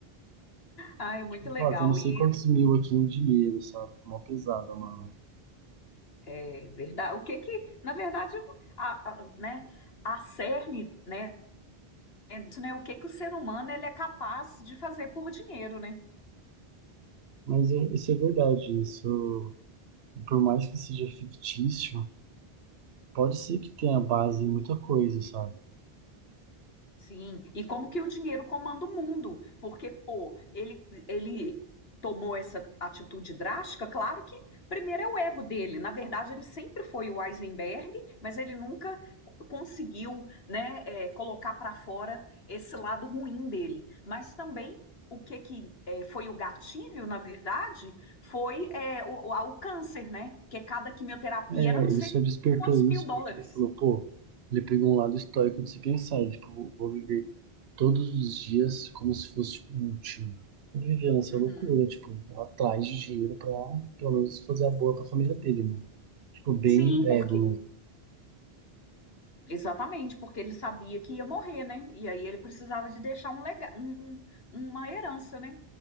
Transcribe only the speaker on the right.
Tipo,
fato, eu não sei
quantos mil aqui em dinheiro, sabe? Tá Uma pesada, mano.
Mas é- isso é verdade, isso, por mais que seja fictício, pode ser que tenha base em muita coisa, sabe?
É,
ele
só despertou
isso
porque ele falou, pô, ele pegou um lado estoico de se pensar, ele, tipo, vou vou viver todos os dias como se fosse o último. Ele vivia nessa
loucura, tipo, atrás de dinheiro pra, pelo menos, fazer a boa pra família dele, mano. Tipo, bem
ego